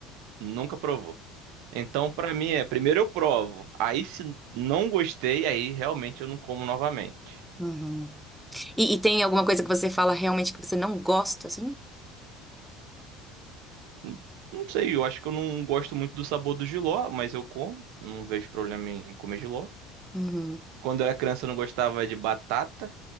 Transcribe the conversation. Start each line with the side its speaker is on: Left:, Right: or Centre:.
Right: nunca provou. Então, pra mim, é primeiro eu provo. Aí, se não gostei, aí realmente eu não como novamente.
Centre: Uhum. E, e tem alguma coisa que você fala realmente que você não gosta, assim?
Right: Hum, Não sei, eu acho que eu não gosto muito do sabor do jiló, mas eu como. Não vejo problema em comer jiló.
Centre: Uhum.
Right: Quando eu era criança eu não gostava de batata,